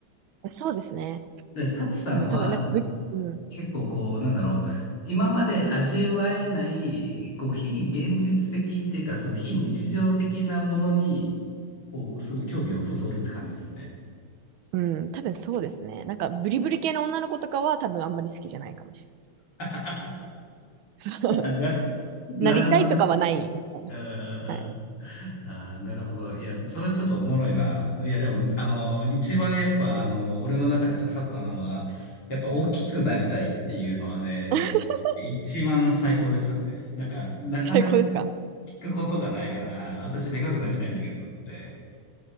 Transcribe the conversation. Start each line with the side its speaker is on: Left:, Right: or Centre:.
Right: うん。そうですね。
Left: で、サチさんは、
Right: うん、多分なんかブリ、
Left: どっち
Right: うん、
Left: 結構こう、なんだろう、今まで味わえない、こう、非現実的っていうか、その非日常的なものに、こう、すごい興味をそそるって感じですね。
Right: うん、多分そうですね。なんか、ブリブリ系の女の子とかは多分あんまり好きじゃないかもしれな
Left: <laughs>
Right: い。そう
Left: なる、<laughs> なるほどね。
Right: なりたいとかはないみたいな。
Left: うんうんうん
Right: はい。
Left: ああ、なるほど。いや、それちょっとおもろいな。いや、でも、あの、一番やっぱ、あの、俺の中で刺さったのは、やっぱ大きくなりたいっていうのはね、
Right: <laughs>
Left: 一番最高でしたね。なんか、なかなか
Right: 最高ですか
Left: 聞くことがないから、私でかくなりたいんだけどって。